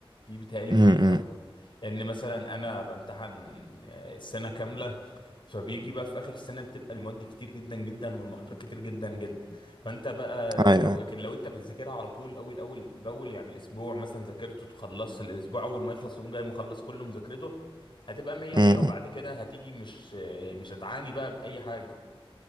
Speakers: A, on the left; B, on the right.
A: دي بتهيألي
B: م-
A: مهمه قوي
B: م.
A: لان مثلا انا بامتحن آه، سنه كامله فبيجي بقى في اخر السنه بتبقى المواد كتير جدا جدا والمحاضرات كتير جدا جدا فانت بقى
B: أيوه
A: لو
B: أيوه
A: لكن لو انت بتذاكرها على طول اول اول باول يعني الاسبوع مثلا ذاكرته تخلص الاسبوع اول ما يخلص تقوم جاي مخلص كله مذاكرته هتبقى مية مية
B: م- م.
A: وبعد كده هتيجي مش آه، مش هتعاني بقى بأي حاجة